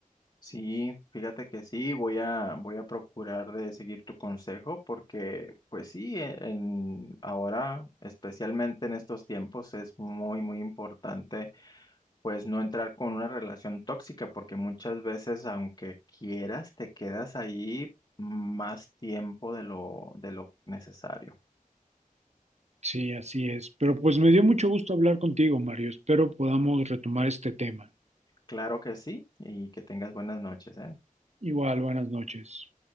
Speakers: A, on the left (about 35°); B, on the right (about 50°).
A: Sí, fíjate que sí, voy a, voy a procurar de seguir tu consejo porque, pues sí, e- en, ahora, especialmente en estos tiempos, es muy, muy importante, pues no entrar con una relación tóxica porque muchas veces, aunque quieras, te quedas ahí más tiempo de lo, de lo necesario.
B: Sí, así es. Pero pues me dio mucho gusto hablar contigo, Mario. Espero podamos retomar este tema.
A: Claro que sí, y que tengas buenas noches, ¿eh?
B: Igual, buenas noches.